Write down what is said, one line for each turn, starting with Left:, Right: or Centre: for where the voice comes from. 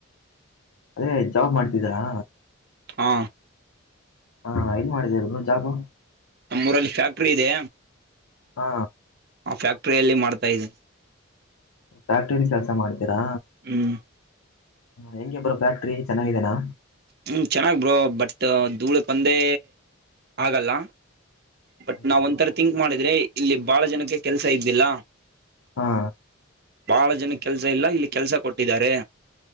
Left: ಅದೇ ಜಾಬ್ ಮಾಡ್ತಿದೀರಾ?
Right: ಹಾ
Left: ಹಾ ಎಲ್ಲಿ ಮಾಡ್ತಿರೋದು ಬ್ರೋ ಜಾಬು?
Right: ನಮ್ಮ ಊರಲ್ಲಿ ಫ್ಯಾಕ್ಟ್ರಿ ಇದೆ
Left: ಹಾ
Right: ಆ ಫ್ಯಾಕ್ಟರಿ ಅಲ್ಲಿ ಮಾಡ್ತಾ ಇದ್ದೀನಿ.
Left: ಫ್ಯಾಕ್ಟ್ರಿ ಅಲ್ಲಿ ಕೆಲಸ ಮಾಡ್ತೀರಾ
Right: ಹ್ಮ್
Left: ಹೆಂಗೆ ಬ್ರೋ ಫ್ಯಾಕ್ಟ್ರಿ ಚೆನ್ನಾಗಿದೇನಾ?
Right: ಹು ಚೆನ್ನಾಗ ಬ್ರೋ ಬಟ್ ಧೂಳ ಬಂದೇ ಆಗಲ್ಲ. ಬಟ್
Left: ಅಯ್ಯೋ
Right: ನಾವ ಒಂಥರ ಥಿಂಕ್ ಮಾಡಿದ್ರೆ ಇಲ್ಲಿ ಬಾಳ ಜನಕ್ಕೆ ಕೆಲ್ಸ ಇದ್ದಿಲ್ಲ
Left: ಹಾ
Right: ಬಹಳ ಜನ ಕೆಲ್ಸ ಇಲ್ಲ ಇಲ್ಲಿ ಕೆಲ್ಸ ಕೊಟ್ಟಿದ್ದಾರೆ.